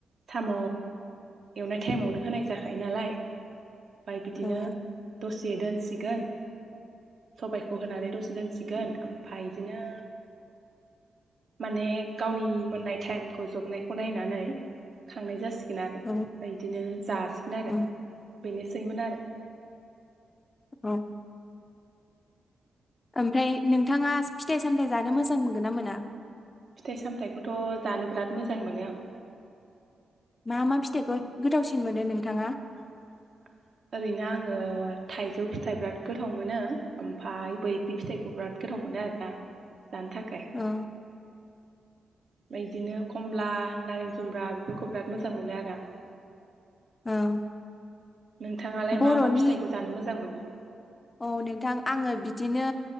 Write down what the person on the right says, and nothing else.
साम' एवनाय टाइमावनो होनाय जाखायो नालाय ओमफ्राय बिदिनो
दसे दोनसिगोन सबायखौ होनानै दसे दोनसिगोन ओमफ्राय बिदिनो माने गावनि मोननाय टाइमखौ जबनायखौ नायनानै खांनाय जासिगोन आरो ओमफ्राय
बिदिनो जासिगोन आरो
बेनोसैमोन आरो।
फिथाइ सामथाइखौथ जानो बिराद मोजां मोनो आं।
<inaudible> ओरैनो आङो थाइजौ फिथाइ बिराद गोथाव मोनो ओमफाय बैग्रि फिथाइखौ बिराद गोथाव मोनो आरोना जानो थाखाय।
ओमफ्राय बिदिनो खमला नारें जुम्ब्रा बेफोरखौ बिराद मोजां मोनो आरो आङो।
नोंथाङालाय
मा मा फिथाइखौ जानो मोजां मोनो।